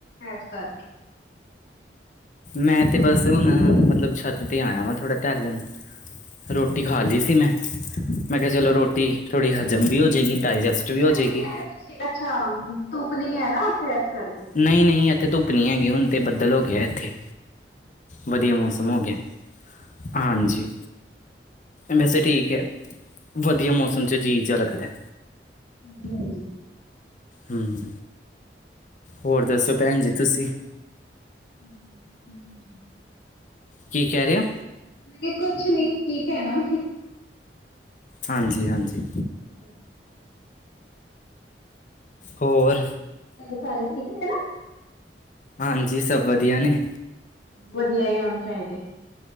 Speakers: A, on the left; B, on the left.
A: ਇਸ ਕਰਕੇ
B: ਮੈਂ ਤੇ ਬਸ ਹੁਣ ਮਤਲਬ ਛੱਤ ਤੇ ਆਇਆ ਵਾ ਥੋੜਾ ਟੈਲਣ। ਰੋਟੀ ਖਾ ਲਈ ਸੀ ਮੈਂ, ਮੈਂ ਕਿਹਾ ਚਲੋ ਰੋਟੀ ਥੋੜ੍ਹੀ ਹਜ਼ਮ ਵੀ ਹੋ ਜੇਏਗੀ ਡਾਇਜਸਟ ਵੀ ਹੋ
A: ਅੱਛਾ
B: ਜੇਏਗੀ।
A: ਤੇ ਆਏ ਤੁਸੀਂ ਅੱਛਾ ਤੂਪ ਨੀ ਹੈ ਨਾ ਉੱਥੇ ਇਸ ਕਰਕੇ।
B: ਨਹੀਂ-ਨਹੀਂ ਏਥੇ ਧੁੱਪ ਨਹੀਂ ਹੈਗੀੁ ਹੂਨ ਤੇ ਬੱਦਲ ਹੋ ਗਿਆ ਇੱਥੇ। ਵਧੀਆ ਮੌਸਮ ਹੋ ਗਿਆ ਹਾਂਜੀ। ਵੈਸੇ ਠੀਕ ਹੈ ਵਧੀਆ ਮੌਸਮ ਚ ਜੀਜਾ ਲੱਗਦੈ।
A: ਹਾਂਜੀ-ਹਾਂਜੀ
B: ਹੂੰ ਹੋਰ ਦੱਸੋ ਭੈਣ ਜੀ ਤੁਸੀਂ।
A: ਹਮ ਹ ਹਮ ਹਮ <unintelligible>
B: ਕੀ ਕਹਿ ਰੇ ਓ
A: ਮੈਂ ਕਿਹਾ ਕੁਛ ਨੀ ਕੀ ਕਹਿਣਾ
B: ਹਾਂਜੀ ਹਾਂਜੀ
A: ਹਾਂਜੀ
B: ਹੋਰ
A: ਘਰ ਸਾਰੇ ਠੀਕ ਨੇ ਨਾ।
B: ਹਾਂਜੀ ਸਭ ਵਧੀਆ ਨੇ
A: ਵਧੀਆ ਈ ਹੋਣ ਚਾਈਦੇ